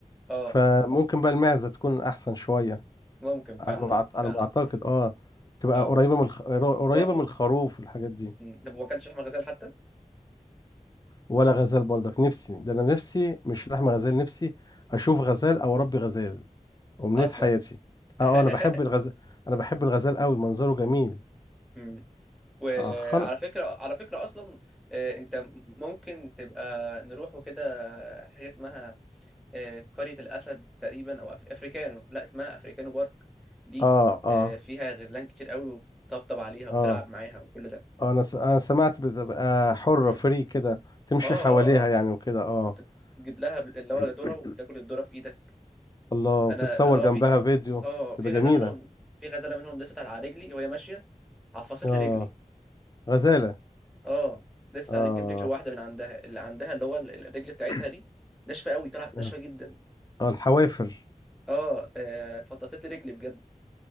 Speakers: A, in the centre; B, on the left.
A: اه
B: فممكن بقى المعزه تكون احسن شويه
A: ممكن فعلا
B: على ما أعت- على
A: فعلا
B: ما اعتقد اه تبقى
A: اه
B: قريبه من الخ... قريبه
A: و... و...
B: من الخروف والحاجات دي
A: مم. طب ما اكلتش لحمه غزال حتى
B: ولا غزال برضك نفسي ده انا نفسي مش لحم غزال نفسي اشوف غزال او اربي غزال امنيه
A: اصلا
B: حياتي
A: <laughs>
B: اه آه، انا بحب الغزال انا بحب الغزال قوي منظره جميل
A: مم. وعلى
B: اه خلق
A: فكره على فكره اصلا آه، انت ممكن تبقى نروح وكده حاجه اسمها آه، قريه الاسد تقريبا او أفري... افريكانو لا اسمها افريكانو بارك دي
B: اه اه
A: آه، فيها غزلان كتير قوي وتطبطب عليها
B: اه
A: وتلعب معاها وكل ده
B: اه انا س... انا سمعت بتبقى حرة
A: مم.
B: فري كده تمشي
A: اه اه
B: حواليها
A: اه
B: يعني وكده اه
A: وتجيب لها اللي
B: <clears throat>
A: هو ذره وبتاكل الذره في ايدك
B: الله وتتصور
A: انا اه
B: جنبها
A: في
B: فيديو
A: اه
B: تبقى
A: في غزاله
B: جميلة
A: منهم في غزاله منهم لسه على رجلي وهي ماشيه عفصت
B: اه
A: لي رجلي
B: غزالة
A: اه دست
B: اه
A: على رجلي برجل واحده من عندها اللي عندها اللي هو ال- ال- الرجل بتاعتها
B: <clears throat>
A: دي ناشفه قوي طلعت ناشفه
B: اه
A: جدا
B: آه، الحوافر
A: اه آه، فطست لي رجلي بجد